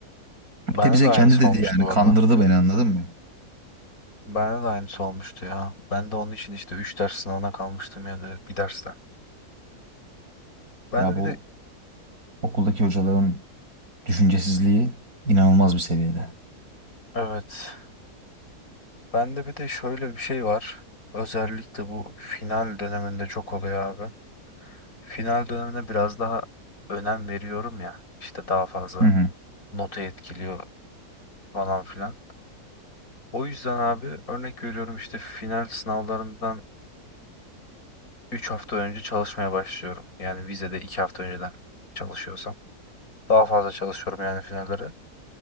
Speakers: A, on the left; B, on the right.
A: Bende
B: Bir de bize
A: de aynısı
B: kendi dedi
A: olmuştu
B: yani
A: orada.
B: kandırdı beni anladın mı?
A: Bende de aynısı olmuştu ya. Ben de onun için işte 3 ders sınavına kalmıştım ya da bir dersten. Ben
B: Ya
A: de
B: bu
A: bir de
B: okuldaki hocaların düşüncesizliği inanılmaz bir seviyede.
A: evet. Ben de bir de şöyle bir şey var. Özellikle bu final döneminde çok oluyor abi. Final dönemine biraz daha önem veriyorum ya. İşte daha fazla
B: Hı hı,
A: notu etkiliyor falan filan. O yüzden abi örnek veriyorum işte final sınavlarından 3 hafta önce çalışmaya başlıyorum. Yani vizede 2 hafta önceden çalışıyorsam. Daha fazla çalışıyorum yani finallere.